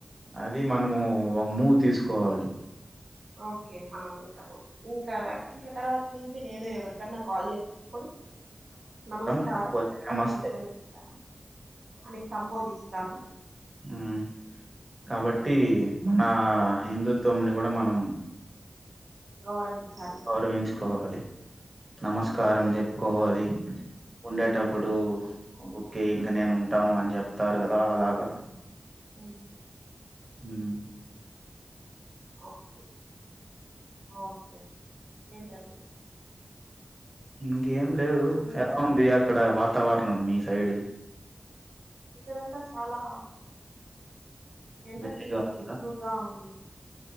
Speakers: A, on the right; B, on the right.
A: అది మనము ఒక మూవ్ తీసుకోవాలి
B: ఓకే మనం ఇంకా మనం ఇంకా ఇంకా తర్వాత నుంచి నేను ఎవరికన్నా కాల్ చేసినప్పుడు నమస్కారం
A: లేకపోతే నమస్తే
B: అని మొదలు పెట్టాను అని సంబోధిస్తాను
A: ఉమ్ కాబట్టి మన
B: ఉమ్,
A: హిందుత్వం ని కూడా మనం
B: గౌరవించాలి
A: గౌరవించుకోవాలి నమస్కారం చెప్పుకోవాలి ఉండేటప్పుడు ఓకే ఇంక నేను ఉంటాను అని చెప్తారు కదా అలాగా
B: ఉమ్
A: ఉమ్
B: ఓకే ఓకే ఇంకెంటండి
A: ఇంకేం లేదు
B: మీరు
A: ఎలా ఉంది అక్కడ వాతావరణం మీ సైడు
B: ఇక్కడంతా చాలా ఎండ
A: వేడిగా
B: తీవ్రత
A: ఉందా?
B: ఎక్కువగా ఉంది